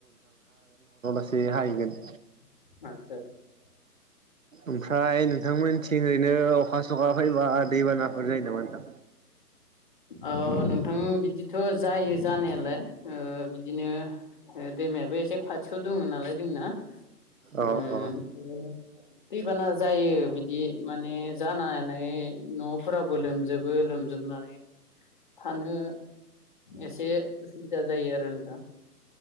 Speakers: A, on the right; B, on the left.
A: से हायैगोन।
B: <unintelligible>
A: ओमफ्राय नोंथांमोनथिं बिदिनो अखा सखा फैबा दैबानाफोर जायो नामा नोंथां
B: अ नोंथां बिदिथ' जायो जानायालाय बिदिनो दैमायाबो एसे खाथियाव दङ नालाय जोंना <unintelligible>
A: अ अ
B: दैबाना जायो बिदि माने जानानै न'फोराबो लोमजोबो लोमजोबनानै थानो एसे उसुबिदा जायो आरो नों दा